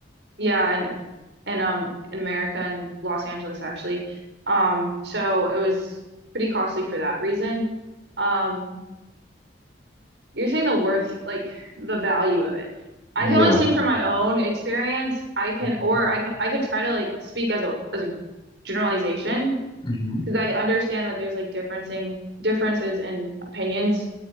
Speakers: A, on the right; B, on the left.
A: yeah, and in um in America and Los Angeles actually. Um, so it was pretty costly for that reason. Um, you're saying the worth, like the value of it. I
B: Yeah.
A: can only speak from my own experience. I can,
B: hmm
A: or I can, I could try to like speak as a as a generalization
B: hmm
A: because I understand that there's like differencing differences in opinions